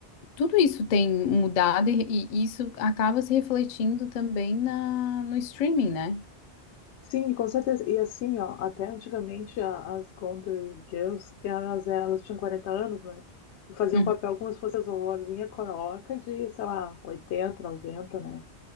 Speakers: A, on the left; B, on the left.
A: tudo isso tem mudado e, e isso acaba se refletindo também na, no streaming, né?
B: Sim, com certeza. E assim, ó, até antigamente a- as Golden Girls, que elas, elas tinham 40 anos, né? E faziam
A: Uhum.
B: um papel como se fosse as vovozinha coroca de, sei lá, 80 90, né?